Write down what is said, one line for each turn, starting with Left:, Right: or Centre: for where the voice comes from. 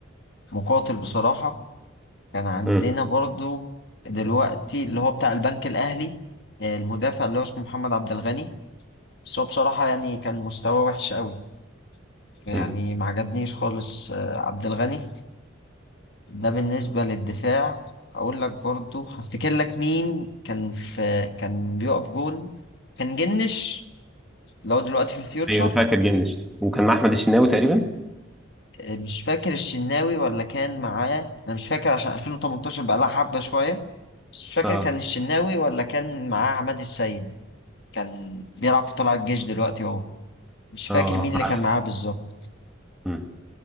Left: مقاتل بصراحة كان عندنا
Centre: مم.
Left: برضو دلوقتي اللي هو بتاع البنك الأهلي آه، المدافع اللي هو اسمه محمد عبد الغني بس هو بصراحة يعني كان مستواه وحش قوي يعني
Centre: مم.
Left: ما عجبنيش خالص آه، عبد الغني ده بالنسبة للدفاع أقول لك برضو هفتكر لك مين كان في كان بيقف جون كان جنش اللي هو دلوقتي في فيوتشر
Centre: ايوه فاكر جنش وكان مع احمد الشناوي تقريبا
Left: ومش فاكر الشناوي ولا كان معاه أنا مش فاكر عشان 2018 بقى لها حبة شوية بس مش فاكر
Centre: اه
Left: كان الشناوي ولا كان معاه عماد السيد كان بيلعب في طلائع الجيش دلوقتي هو مش فاكر
Centre: اه
Left: مين اللي
Centre: عارف
Left: كان معاه بالظبط
Centre: مم.